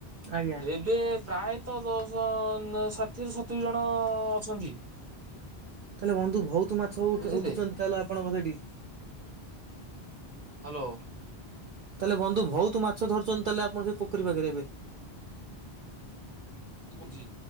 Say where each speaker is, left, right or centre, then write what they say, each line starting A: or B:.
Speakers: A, on the right; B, on the right.
A: ଆଜ୍ଞା
B: ଏବେ ପ୍ରାୟତ ଦଶ ଷାଠିଏରୁ ସତୁରି ଜଣ ଅଛନ୍ତି।
A: ତା ହେଲେ ବନ୍ଧୁ ଭଉତ ମାଛ ଉଠୁ
B: ବୁଝିଲେ
A: ଉଠୁଛନ୍ତି ତାହେଲେ ଆପଣଙ୍କ ସେଇଠି।
B: ହ୍ୟାଲୋ
A: ତାହେଲେ ବନ୍ଧୁ ଭଉତୁ ମାଛ ଧରୁଛନ୍ତି ତାହେଲେ ଆପଣ ସେ ପୋଖରୀ ପାଖରେ ଏବେ।
B: ସେ କଉଚି।